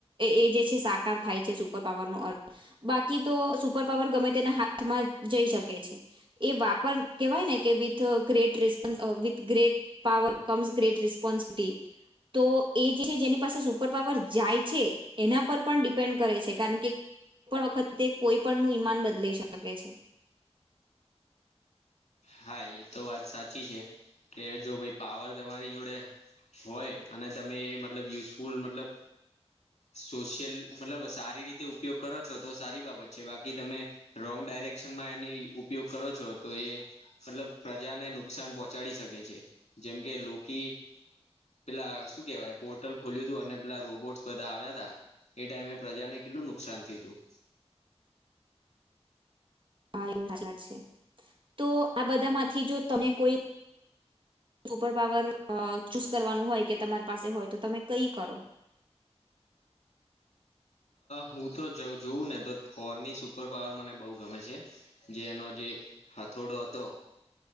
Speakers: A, on the right; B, on the left.
A: એ જે છે સાકાર થાય છે સુપર પાવર નો અર્થ, બાકી તો સુપર પાવર ગમે તેના હાથમાં જઈ શકે છે. એ વાપર કેહેવાય ને કે with great <unintelligible> with great power comes great responsibility તો એ જે છે જેની પાસે સુપર પાવર જાય છે. એના પર પણ ડિપેન્ડ કરે છે કારણ કે, કોઇપણ વખતે તે કોઈ પણ નું ઈમાન બદલાઈ શકે છે.
B: હા એ તો વાત સાચી છે કે જો ભાઈ પાવર તમારી જોડે, હોય અને તમે એ મતલબ યુઝફુલ મતલબ સોશિયલ મતલબ સારી રીતે ઉપયોગ કરો છો તો સારી બાબત છે બાકી તમે રોંગ ડાયરેક્શન માં એની ઉપયોગ કરો છો તો એ, મતલબ પ્રજાને નુકસાન પહોંચાડી શકે છે જેમ કે લોકી, પેલા શું કેવાય પોર્ટલ ખુલ્યુંતું અને પેલા રોબર્ટસ બધા આવ્યા તા, એ ટાઈમે પ્રજાને કેટલું નુકસાન થયું તું.
A: હા એે <unintelligible> તો આ બધા માંથી જો તમે કોઈ સુપર પાવર ચૂઝ કરવાનું હોય કે તમારી પાસે હોય તો તમે કઈ કરો?
B: હું તો જોઉં ને થોરની સુપર પાવર મને બઉ ગમે છે. જે એનો જે હથોડો હતો